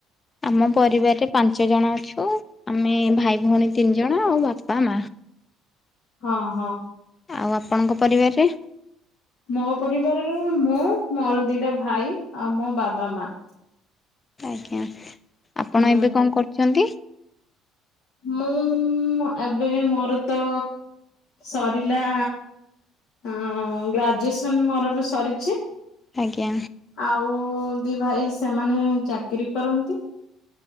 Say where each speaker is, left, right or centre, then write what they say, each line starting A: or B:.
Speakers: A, on the left; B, on the left.
A: ଆମ ପରିବାରରେ ପାଞ୍ଚ ଜଣ ଅଛୁ ଆମେ ଭାଇ ଭଉଣୀ ତିନି ଜଣ ଆଉ ବାପା ମା।
B: ହଁ ହଁ।
A: ଆଉ ଆପଣଙ୍କ ପରିବାରରେ।
B: ମୋ ପରିବାରର ମୁଁ ମୋର ଦିଟା ଭାଇ ଆଉ ମୋ ବାବା ମା।
A: ଆଜ୍ଞା ଆପଣ
B: ହୁଁ।
A: ଏବେ କଣ କରୁଛନ୍ତି
B: ମୁଁ <unintelligible> ଏବେ ମୋର ତ ସରିଲା। ହଁ ଗ୍ରାଜୁଏସନ ମୋର ଏବେ ସରିଛି।
A: ଆଜ୍ଞା।
B: ଆଉ ଦି ଭାଇ ସେମାନେ ଚାକିରୀ କରଛନ୍ତି।